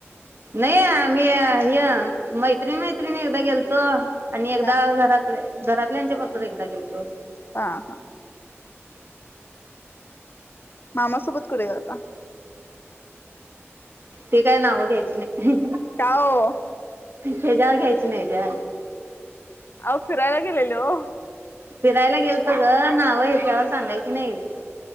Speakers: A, on the right (about 50°); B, on the left (about 50°).
A: नाही मी ह्य मैत्रिण मैत्रिणी एकदा गेलतो. आणि एकदा
B: हा
A: घरातले. घरातल्यानंच्या बरोबर एकदा गेलतो.
B: हा हा मामा सोबत कुठ गेलता
A: ते काय नावं घ्यायची नाय.
B: का ओ
A: हेेज्यावर घ्यायच नाय ग
B: आओ फिरायला गेलेले ओ
A: फिरायला गेलतो ग नाव ह्याच्यावर सांगायची नाईत.